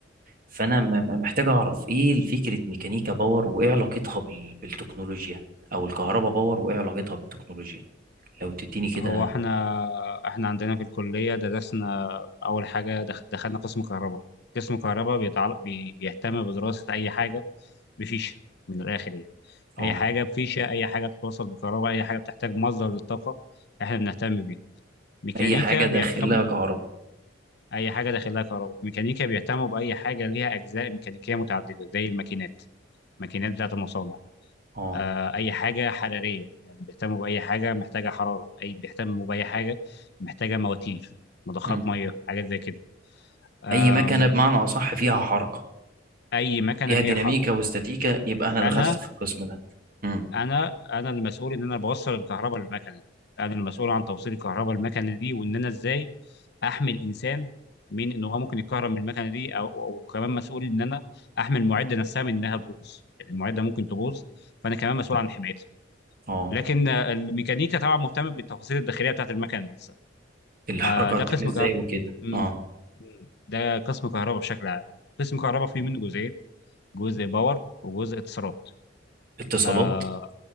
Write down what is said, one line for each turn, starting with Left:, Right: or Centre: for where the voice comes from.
Right: فانا م- م- محتاج اعرف ايه فكرة ميكانيكا باور وايه علاقتها بال- بالتكنولوجيا او الكهرباء باور وايه علاقتها بالتكنولوجيا لو تديني كده
Left: هو احنا احنا عندنا في الكلية درسنا أول حاجة دخ- دخلنا قسم كهرباء قسم كهرباء بيتعلق بي بيهتم بدراسة أي حاجة بفيشة من الآخر يعني
Right: اه
Left: أي حاجة بفيشة أي حاجة تتوصل بالكهرباء أي حاجة بتحتاج مصدر للطاقة احنا بنهتم بيها ميكانيكا
Right: اي حاجة داخلها
Left: بيهتم
Right: كهرباء
Left: أي حاجة داخلها كهرباء ميكانيكا بيهتموا بأي حاجة ليها أجزاء ميكانيكية متعددة زي الماكينات الماكينات بتاعة المصانع
Right: اه
Left: آه، اي حاجه حراريه يعني بيهتموا باي حاجه محتاجه حراره اي بيهتموا باي حاجه محتاجه مواتير مضخات
Right: مم.
Left: ميه حاجات زي كده
Right: اي
Left: أم،
Right: مكنة بمعنى اصح فيها حركة
Left: اي مكنه
Right: فيها
Left: فيها
Right: ديناميكا
Left: حركه
Right: واستاتيكا يبقى انا
Left: انا
Right: دخلت في القسم ده مم.
Left: انا انا المسؤول ان انا بوصل الكهرباء للمكنه دي انا المسؤول عن توصيل الكهرباء للمكنه دي وان انا ازاي احمي الانسان من ان هو ممكن يتكهرب من المكنه دي او وكمان مسؤول ان انا احمي المعده نفسها من انها تبوظ يعني المعده ممكن تبوظ فانا كمان مسؤول عن حمايتها
Right: اه
Left: لكن آه، الميكانيكا طبعا مهتم بالتفاصيل الداخليه بتاعت المكنه نفسها
Right: الحركه
Left: آه ده
Right: هتتم
Left: قسم
Right: ازاي
Left: كهرباء
Right: وكده
Left: مم.
Right: اه
Left: مم. ده قسم كهرباء بشكل عام قسم كهرباء فيه منه جزئين جزء باور وجزء اتصالات
Right: اتصالات
Left: آه